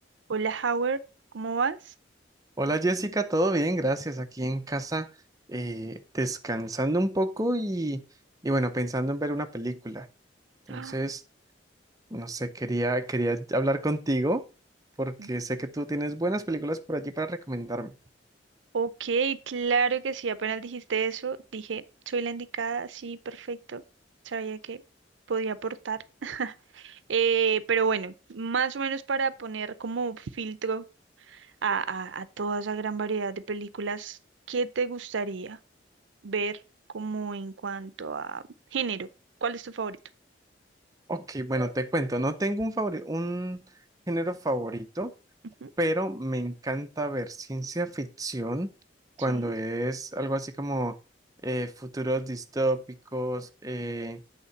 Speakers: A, on the right; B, on the right.
A: Hola Howard, ¿cómo vas?
B: Hola Jessica, todo bien, gracias. Aquí en casa eh, descansando un poco y, y bueno, pensando en ver una película. Entonces,
A: Ah,
B: no sé, quería, quería hablar contigo porque
A: sí.
B: sé que tú tienes buenas películas por allí para recomendarme.
A: Ok, claro que sí, apenas dijiste eso, dije, soy la indicada, sí, perfecto, sabía que podía aportar. Eh, pero bueno, más o menos para poner como filtro a, a, a toda esa gran variedad de películas, ¿qué te gustaría ver como en cuanto a género? ¿Cuál es tu favorito?
B: Ok, bueno, te cuento, no tengo un favori- un género favorito,
A: Ujú,
B: pero me encanta ver ciencia ficción cuando
A: Sí,
B: es algo así como eh, futuros distópicos. eh,